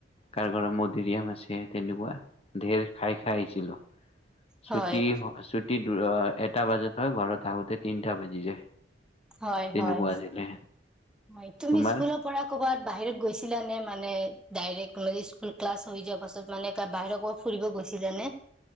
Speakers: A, on the left; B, in the centre.
A: কাৰ ঘৰত মধু মধুৰীয়াম আছে তেনেকুৱা, ঢেৰ খাই, খাই আহিছিলোঁ। ছুটি,
B: হয়
A: ছুটি এটা বজাত হয়। ঘৰত আহোতে তিনিটা বাজি যায়।
B: হয়,
A: তেনেকুৱা
B: হয়,
A: আছিলে
B: হয়, তুমি
A: তোমাৰ?
B: স্কুলত পৰা ক'বাত বাহিৰত গৈছিলা নে, মানে ডাইৰেক্ট স্কুল ক্লাছ হৈ যোৱাৰ পাছত মানে বাহিৰৰ ফুৰিব গৈছিলা নে?